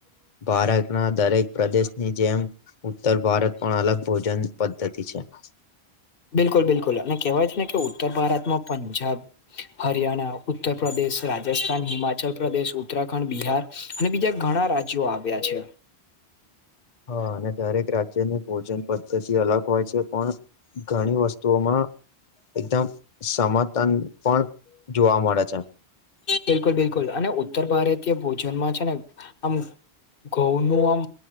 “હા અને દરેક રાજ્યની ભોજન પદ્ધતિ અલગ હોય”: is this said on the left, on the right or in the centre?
Left